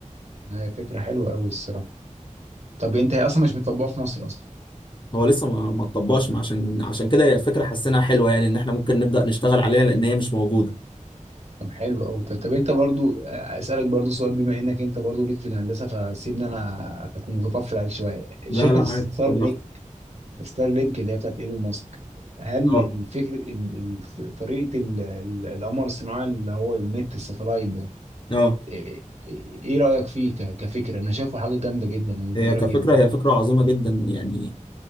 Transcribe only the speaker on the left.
هو لسه ما ما اتطبقش ما عشان عشان كده هي فكره حسيناها حلوه يعني ان احنا ممكن نبدا نشتغل عليها لان هي مش موجوده
لا
لا عادي
خد
راحتك
اه
اه
هي كفكره
هي فكره عظيمه جدا يعني